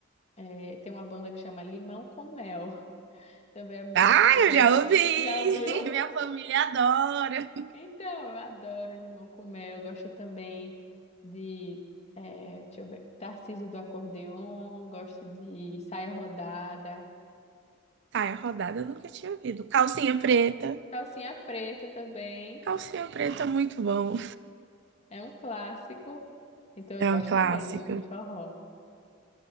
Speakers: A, on the left; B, on the right.
A: é, tem uma banda que chama Limão com Mel, <laughs> também é muito
B: Ah,
A: boa.
B: eu já ouvi! <laughs>
A: Já ouviu?
B: Minha família adora.
A: Então, eu adoro Limão com Mel, gosto também de. É, deixa eu ver, Tarcísio do Acordeon, gosto de Saia Rodada,
B: Tá, é rodada eu nunca tinha ouvido. Calcinha preta.
A: Calcinha Preta também,
B: Calcinha preta, é muito bom.
A: é um clássico. Então
B: É
A: eu gosto
B: um clássico.
A: também de forró.